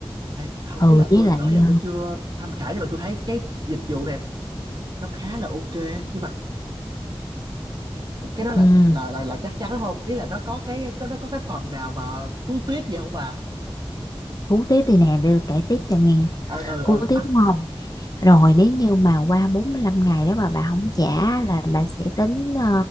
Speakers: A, on the right (about 45°); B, on the left (about 40°).
A: Này, không
B: ừ
A: ý là
B: với
A: tôi
B: lại
A: hồi đó giờ tôi chưa tham khảo nhưng mà tôi thấy cái dịch vụ này nó khá là ok á. nhưng mà cái đó là
B: ừ,
A: là là, là chắc chắn không ý là nó có cái có nó có cái phần nào mà cứu tuyết gì không bà
B: cú tiếp thì nè để kể tiếp cho nghe
A: ờ ờ ờ
B: cú tiếp đúng không rồi nếu như mà qua 45 ngày đó mà bà không trả là bà sẽ tính ờ,